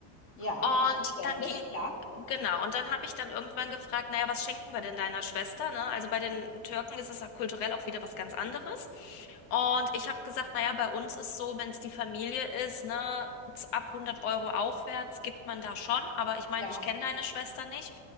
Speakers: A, on the left; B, on the left.
A: Ja,
B: Und
A: ist verständlich,
B: dann ging,
A: klar.
B: genau, und dann habe ich dann irgendwann gefragt, naja, was schenken wir denn deiner Schwester, ne? Also bei den Türken ist es auch kulturell auch wieder was ganz anderes. Und ich habe gesagt, naja, bei uns ist so, wenn es die Familie ist, ne, z- ab 100 Euro aufwärts gibt man da schon. Aber ich meine,
A: Ja,
B: ich kenne deine Schwester nicht.